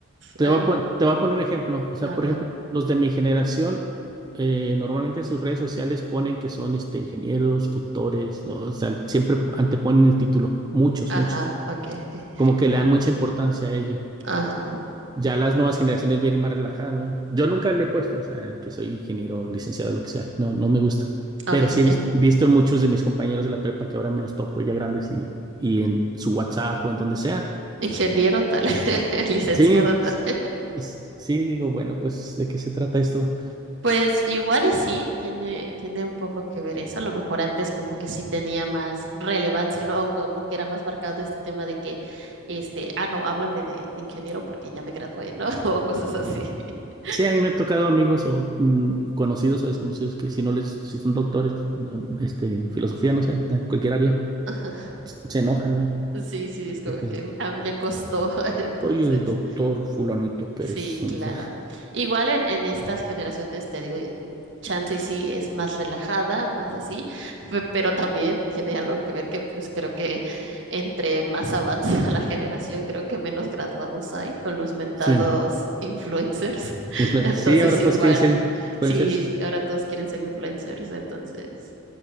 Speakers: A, on the right (about 20°); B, on the right (about 60°).
A: Te
B: Ah,
A: voy a, pon- te
B: no,
A: voy a poner ejemplo. O sea,
B: a
A: por
B: ver.
A: ejemplo, los de mi generación eh, normalmente en sus redes sociales ponen que son este, ingenieros, doctores, ¿no? O sea, siempre anteponen el título. Muchos,
B: Ajá,
A: muchos.
B: ok, ok.
A: Como que le dan mucha importancia a ello.
B: Ajá,
A: Ya las nuevas generaciones vienen más relajadas, ¿no? Yo nunca le he puesto, o sea, que soy ingeniero, licenciado, lo que sea. No, no me gusta.
B: ok.
A: Pero sí
B: <laughs>
A: he vis- visto en muchos de mis compañeros de la prepa que ahora me los topo ya grandes y, y en su WhatsApp o en donde sea.
B: Ingeniero tal, <laughs> licenciado
A: Sí,
B: tal.
A: es- es- sí, digo, bueno, pues, ¿de qué se trata esto?
B: Pues igual y sí, tiene, tiene un poco que ver eso. A lo mejor antes como que sí tenía más relevancia, ¿no? O como que era más marcado este tema de que, este, ah, no, háblame de, de ingeniero porque ya me gradué, ¿no? <laughs> O cosas así. <laughs>
A: Sí, a mí me ha tocado amigos o mm, conocidos o desconocidos que si no les, si son doctores, mm, este, filosofía, no sé, en cualquier área,
B: Ajá.
A: se enojan, ¿no?
B: Sí, sí, es como
A: De que
B: que ah, me costó, <laughs> entonces.
A: soy el doctor fulanito Pérez.
B: Sí,
A: o
B: claro.
A: no sé.
B: Igual en, en estas generaciones, te digo, eh, chance y sí es más relajada, más así, pe- pero también tiene algo que ver que pues creo que entre más avanza <laughs> la generación, creo que menos graduados hay con los mentados
A: Sí,
B: influencers. <laughs>
A: influencers.
B: Entonces
A: Sí, ahora todos
B: igual,
A: quieren ser influencers.
B: sí, ahora todos quieren ser influencers, entonces